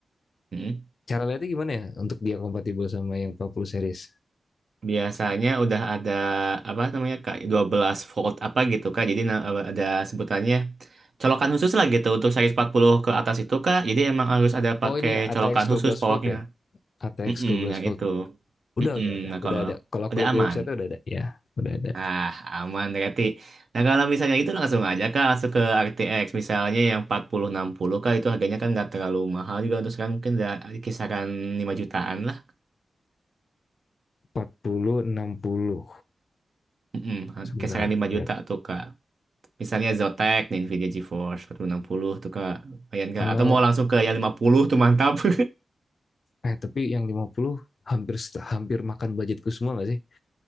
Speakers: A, on the right (about 50°); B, on the left (about 50°).
A: Kak.
B: Cara lihatnya gimana ya untuk dia kompatibel sama yang 40 series?
A: Biasanya udah ada apa namanya Kak 12 volt apa gitu Kak. Jadi na- ada sebutannya colokan khusus lah gitu untuk seri 40 ke atas itu Kak. Jadi emang harus ada pakai
B: Oh ini ya ATX
A: colokan khusus
B: belas
A: powernya.
B: volt ya. ATX
A: Mm-mm,
B: belas
A: yang
B: volt.
A: itu.
B: Udah
A: Mm-mm,
B: udah udah
A: nah
B: udah
A: kalau
B: ada. Kalau aku
A: udah
B: lihat
A: aman.
B: di website udah ada ya. Udah ada.
A: Ah, aman berarti. Nah, kalau misalnya itu langsung aja Kak langsung ke RTX misalnya yang 4060 Kak itu harganya kan nggak terlalu mahal juga untuk sekarang mungkin udah kisaran 5 jutaan lah.
B: 40 puluh enam puluh.
A: Mm-mm,
B: Sebentar,
A: kisaran 5
B: aku lihat.
A: juta tuh Kak. Misalnya Zotac, nih Nvidia GeForce empat ribu enam puluh tuh Kak. Lumayan Kak.
B: Eh,
A: Atau mau langsung ke yang 50 tuh mantap. <laughs>
B: eh tapi yang lima puluh hampir hampir makan budgetku semua nggak sih?